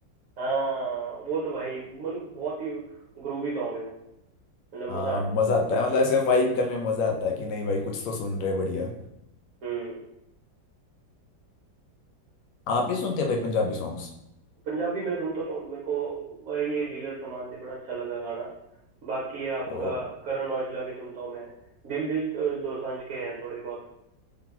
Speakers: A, on the right; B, on the left.
A: हाँ वो तो भाई मतलब बहुत ही ग्रूवी सॉन्ग है वो मतलब
B: हाँ
A: मजा आता है
B: मजा
A: उसको सुनने
B: आता
A: में
B: है मतलब ऐसे वाइब करने में मजा आता है कि नहीं भाई कुछ तो सुन रहे बढ़िया
A: हम्म
B: आप भी सुनते हैं भाई पंजाबी सॉन्ग्स
A: पंजाबी मैं सुनता तो मेरे को अ, ये डीलर सामान दे बड़ा अच्छा लगा गाना बाकी आपका
B: ओ
A: करण औजला के सुनता हूँ मैं दिलजीत अ, दोसांझ के हैं थोड़े बहुत